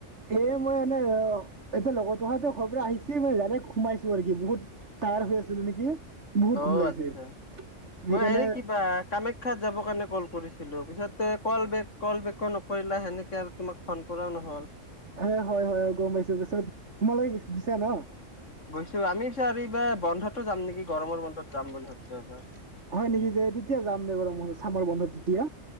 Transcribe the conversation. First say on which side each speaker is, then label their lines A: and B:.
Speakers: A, on the right; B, on the left.
A: এ মই এনে অ'- এতিয়া লগৰটোহাতৰ ঘৰৰ পৰা আহিছি মই ডাইৰেক্ট সোমাইছোঁ আৰু কি। বহুত তাৰ <unintelligible> নেকি? বহুত
B: অ'
A: ঘুম লাগিছে
B: আচ্ছা।
A: সেইকাৰণে
B: মই হেৰি কিবা কামাখ্যাত যাব কাৰণে ক'ল কৰিছিলোঁ। পিছত তে কল বেক - কল বেকো নকৰিলা সেনেকে। আৰু তোমাক ফোন কৰাও নহ'ল।
A: এ হয় - হয় - হয়। গম পাইছোঁ। পিছত তোমালোকে গে- গিছা না?
B: গৈছোঁ। আমি পিছত আৰু এইবাৰ বন্ধতো যাম নেকি? গৰমৰ বন্ধত যাম বুলি ভাবছোঁ এবাৰ।
A: হয় নেকি? যে তেতিয়া যাম দে বাৰু মই, ছামৰ বন্ধত তেতিয়া।